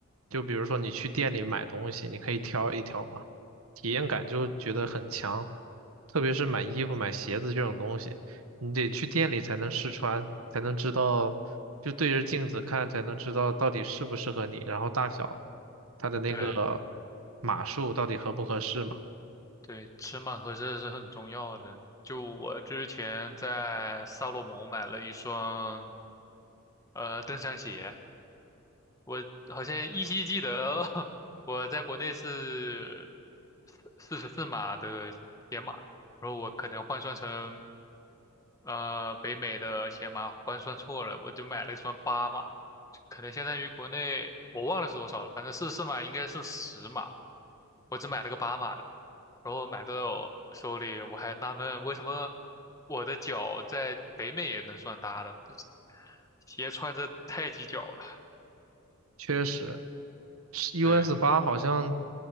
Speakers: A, on the right; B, on the left.
A: 就比如说你去店里买东西，你可以挑一挑嘛，体验感就觉得很强，特别是买衣服、买鞋子这种东西，你得去店里才能试穿，才能知道，就对着镜子看才能知道到底适不适合你，然后大小，它的那个
B: 对，
A: 码数到底合不合适嘛。
B: 对，尺码合适是很重要的。就我之前在萨洛蒙买了一双呃登山鞋，我好像依稀记得 <laughs> 我在国内是四十四码的鞋码，然后我可能换算成呃，北美的鞋码换算错了，我就买了个什么八码，可能相当于国内我忘了是多少了，反正是是码应该是十码，我只买了个八码的，然后买到手里我还纳闷为什么我的脚在北美也能算大的，这鞋穿着太挤脚了，
A: 确实是 US
B: 对，
A: 八好像